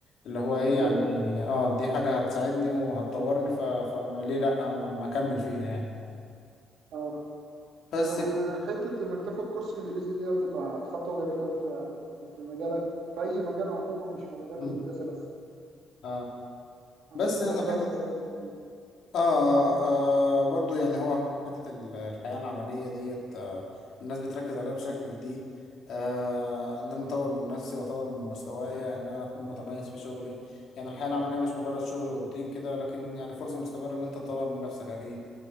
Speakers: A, on the left; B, on the right.
A: اللي هو ايه يعني
B: ايوه
A: اه دي حاجه هتساعدني وهتطورني ف... فليه لا ما ما اكمل فيها يعني
B: اه
A: بس
B: وال-
A: يعني،
B: حته انك تاخد كورس انجليزي دي هتبقى خطوه جميله في في في مجالك في اي مجال عموما مش في مجال
A: مم.
B: الهندسه بس
A: اه
B: هتستفاد
A: بس يعني
B: بقى
A: حته
B: بطريقه كبيره
A: آه, آه برضو يعني هو في حتة ال- الحياة العملية ديت آه الناس بتركز عليها بشكل جديد آه إن أنا أطور من نفسي وأطور من مستوايا إن أنا أكون متميز في شغلي يعني الحياة العملية مش مجرد شغل وروتين كده لكن يعني فرصة مستمرة إن أنت تطور من نفسك أكيد